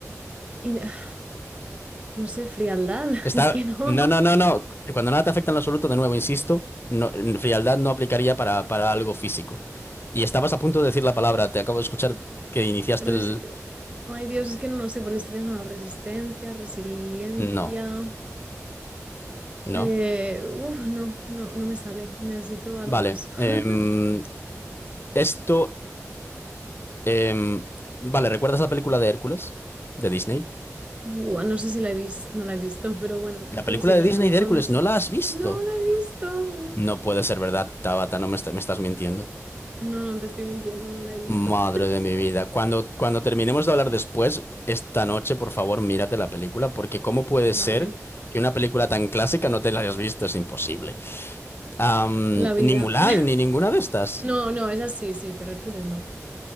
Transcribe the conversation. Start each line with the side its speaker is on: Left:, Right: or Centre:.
Right: in- <sighs> no sé, frialdad, <laughs>
Left: Está...
Right: es que no.
Left: No, no, no, no. Cuando nada te afecta en lo absoluto, de nuevo, insisto, no, en frialdad no aplicaría para, para algo físico. Y estabas a punto de decir la palabra, te acabo de escuchar que iniciaste
Right: Resi-
Left: el...
Right: Ay, Dios, es que no lo sé porque estoy pensando resistencia, resiliencia.
Left: No, no.
Right: Eh, uf, no, no, no me sale. Necesito algo
Left: Vale.
Right: más.
Left: em,
Right: <laughs>
Left: Esto, em, vale, ¿recuerdas la película de Hércules de Disney?
Right: Buah, no sé si la he vis- no la he visto, pero bueno,
Left: La película
Right: tú sigue,
Left: de Disney
Right: a lo mejor
Left: de Hércules,
Right: me suena.
Left: ¿no la has visto?
Right: No la he visto, no.
Left: No puede ser verdad, Tabata, no me, est- me estás mintiendo.
Right: No, no te estoy mintiendo, no la he visto.
Left: Madre de mi vida. Cuando, cuando terminemos de hablar después, esta noche, por favor, mírate la película, porque ¿cómo puede
Right: <laughs>
Left: ser
Right: Vale,
Left: que una película tan clásica no te la hayas visto? Es imposible. Am,
Right: la vida.
Left: ni Mulan,
Right: <laughs>
Left: ni ninguna de estas.
Right: No, no, es sí, sí, pero Hércules no.